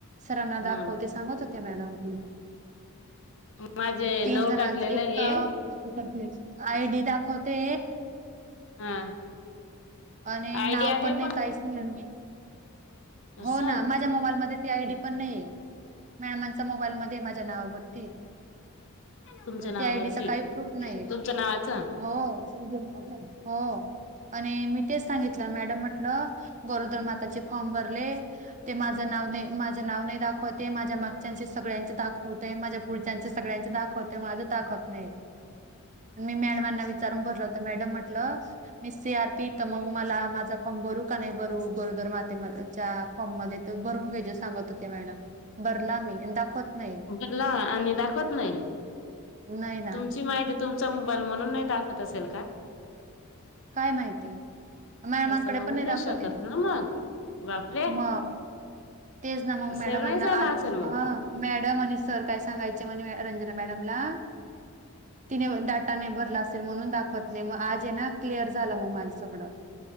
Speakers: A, on the right (about 35°); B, on the left (about 55°).
A: सरांना
B: हा
A: दाखवते सांगत होते मॅडम
B: माझे
A: तीन
B: नऊ
A: जणांच
B: टाकलेलं
A: एक
B: आहे
A: तर आयडी दाखवते
B: हा
A: आणि
B: आयडी
A: नाव
B: आहे
A: पण नाही काहीच नाही
B: असं
A: हो ना माझ्या मोबाईलमध्ये ती आयडी पण नाहीे मॅडमांचा मोबाईलमध्येध्ये माझ्या नावावरती
B: तुमच्या नावावरती
A: त्या आयडीचा काही प्रूफ नाही
B: तुमच्या नावाचं
A: हो हो आणि मी तेच सांगित मॅडम म्हटलं गरोदर माताचे फॉर्म भरले ते माझं नाव नाही माझं नाव नाही दाखवते माझ्या मागच्यांशी सगळ्यांच दाखवतय माझ्या पुढच्याचे सगळ्यांचे दाखवतते माझं दाखवत नाही
B: <inaudible>
A: मी मॅडमांना विचारून भरला होत मॅडम म्हटलं मी सी आर पी तर मग मला माझा कम भरू का नाही बरू गरोदर माते म फॉर्म मध्ये भरून घ्या सांगत होते मॅडम भरला मी दाखवत नाही
B: बला आणि दाखवत नाही
A: नाही ना
B: तुमची माहिती तुमचा मोबाईल म्हणून नाही दाखवत असेल का
A: काय माहिती मॅमांकडे
B: तसं होऊ
A: पण नाही दाखवतेल
B: शकत ना मग बापरे
A: म तेज ना मग
B: सेव्ह
A: मॅडम
B: नाही
A: अना
B: झाला
A: आज दिस
B: असेल मग
A: हा मॅडम आणि सर काय सांगायचे म्हणे रंजना मॅडमला तिने डाटा नि भरला असेल म्हणून दाखवत नाही मग आज आहे ना क्लिअर झालं मग माझं सगळं